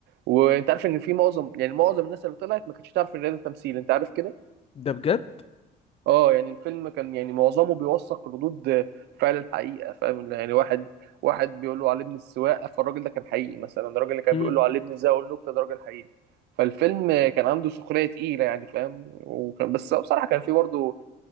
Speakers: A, on the right; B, on the left.
A: وأنت عارف إن في معظم يعني معظم الناس اللي طلعت ما كانتش تعرف إن ده تمثيل أنت عارف كده
B: ده بجد
A: اه يعني الفيلم كان يعني معظمه بيوثق ردود فعل الحقيقة فاهم يعني واحد واحد بيقول له علمني السواقة فالراجل ده كان حقيقي مثلا الراجل اللي كان
B: مم.
A: بيقول له علمني ازاي اقول نكتة ده راجل حقيقي فالفيلم كان عنده سخرية تقيلة يعني فاهم وكان بس بصراحة كان فيه برضه